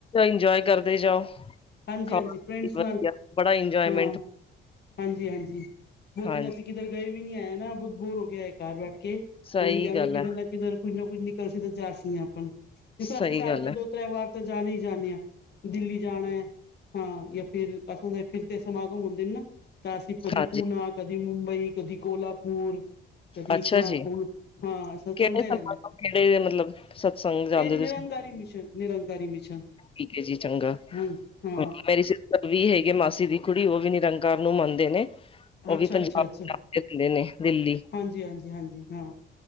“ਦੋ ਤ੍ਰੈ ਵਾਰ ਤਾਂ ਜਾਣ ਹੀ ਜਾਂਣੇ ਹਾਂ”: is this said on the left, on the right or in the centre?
Left